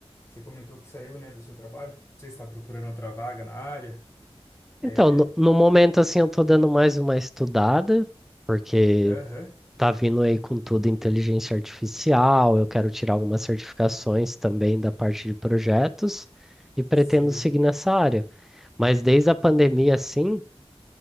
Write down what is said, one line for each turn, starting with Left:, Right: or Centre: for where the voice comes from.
Left: Você comentou que saiu, né, do seu trabalho. Não sei se está procurando outra vaga na área. É,
Centre: Então, no, no momento, assim, eu tô dando mais uma estudada, porque
Left: aham,
Centre: tá vindo aí com tudo inteligência artificial, eu quero tirar algumas certificações também da parte de projetos e pretendo
Left: sei.
Centre: seguir nessa área. Mas desde a pandemia, assim,